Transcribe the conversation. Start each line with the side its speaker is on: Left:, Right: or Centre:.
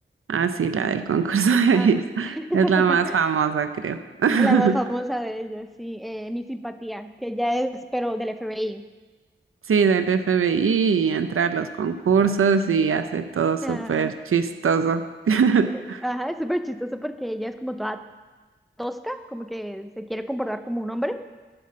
Right: ah, sí, la del concurso
Centre: Es-
Right: <laughs> de belleza.
Centre: ajá. <laughs>
Right: Es la más famosa, creo. <laughs>
Centre: La más famosa de ellas, sí, eh, Mi Simpatía, que ella es, pero del FBI.
Right: Sí, del FBI y entra a los concursos y hace todo súper
Centre: Ah,
Right: chistoso. <laughs>
Centre: sí, ajá, es súper chistoso porque ella es como toda tosca, como que se quiere comportar como un hombre.